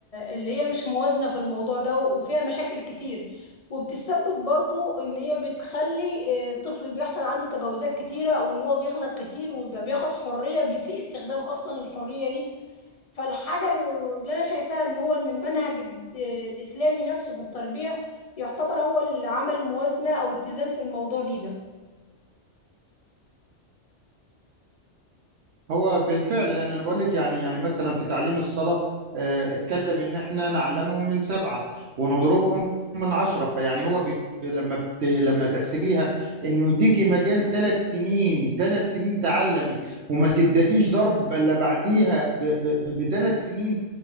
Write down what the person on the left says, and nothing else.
اللي هي مش موازنة في الموضوع ده وفيها مشاكل كتير وبتسبب برضو ان هي بتخلي آه، الطفل بيحصل عنده تجاوزات كتيرة او ان هو بيغلط كتير ويبقى بياخد حرية بيسيء استخدام اصلا الحرية دي فالحاجة الو- اللي انا شايفاها ان هو ان المنهج الد- الاسلامي نفسه في التربية يعتبر هو اللي عمل موازنة او اتزان في الموضوع دي ده